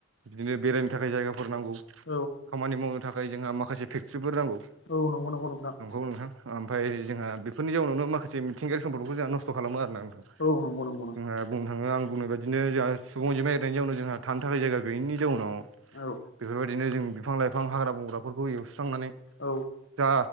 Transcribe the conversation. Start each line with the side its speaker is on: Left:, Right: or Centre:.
Right: बिदिनो बेरायनो थाखाय जायगा फोर नांगौ
Left: औ
Right: खामानि मावनो थाखाय जोंहा माखासे फेक्ट्रिफोर नांगौ
Left: औ नंगौ नंगौ नोंथां
Right: नंगौ नोंथां आमफाय जोंहा बेफोरनि जाउनावनो माखासे मिथिंगायारि सम्फोरखौ जोंहा नस्थ' खालामो आरोना नोंथां
Left: औ नंगौ नंगौ नंगौ
Right: जोंहा बुंनो थाङो आं बुंनाय बादिनो जोंहा सुबुंजोंमा एरायनायनि जाउनाव जोंहा थानो थाखाय जायगा गैयिनि जाउनाव
Left: औ
Right: बेफोरबायदिनो जों बिफां लाइफां हाग्रा बंग्राफोरखौ एवस्रांनानै
Left: औ
Right: जा